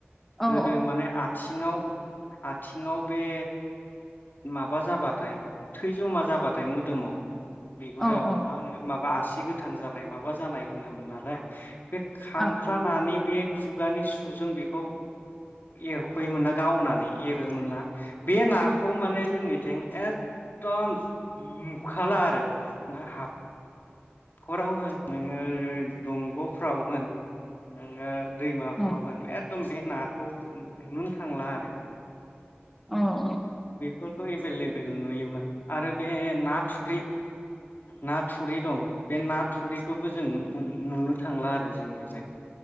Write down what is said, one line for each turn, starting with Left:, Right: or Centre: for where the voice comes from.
Centre: औ
Left: गोदो माने आथि थिङाव आथिङाव बे माबा जाबाथाय थै जमा जाबाथाय मोदोमाव बिगुरियाव
Centre: औ औ
Left: मा होनो माबा आसि गोथां जानाय माबा जानाय होनोमोन नालाय बे खांख्ला
Centre: अ
Left: नानि बे खुगानि सुजों बेखौ एरख'योमोन ना गावनानै एरोमोन ना बे नाखौ माने जोंनिथिं एखदम नुखाला आरो नों हा खराव होन नोङो <unintelligible> दंग'फ्राव होन <unintelligible> दैमाफ्राव
Centre: अ
Left: होन एकदम बे नाखौ नुनो थांला आरो
Centre: औ औ
Left: फोरखौ एभेलेबेल नुयोमोन आरो बे ना थुरि ना थुरि दं बे ना थुरिखौबो जों नुनो थांला आरो जोंनिजाय